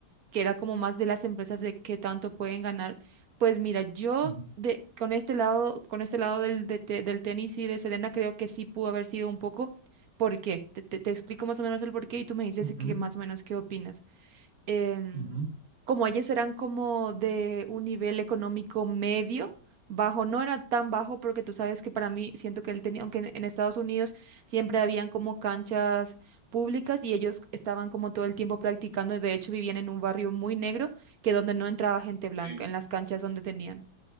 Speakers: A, on the right (about 65°); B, in the centre.
A: que era como más de las empresas de qué tanto pueden ganar. Pues mira, yo
B: Ujú,
A: de, con este lado, con este lado del, de te- del tenis y de Serena creo que sí pudo haber sido un poco. ¿Por qué? Te, te, te explico más o menos el por qué y tú me dices
B: ujú,
A: que más o menos qué opinas em,
B: ujú.
A: como ellos eran como de un nivel económico medio, bajo, no era tan bajo porque tú sabes que para mí siento que él tenía, aunque en, en Estados Unidos siempre habían como canchas públicas y ellos estaban como todo el tiempo practicando, de hecho vivían en un barrio muy negro que donde no entraba gente blanca,
B: Sí,
A: en las canchas donde tenían.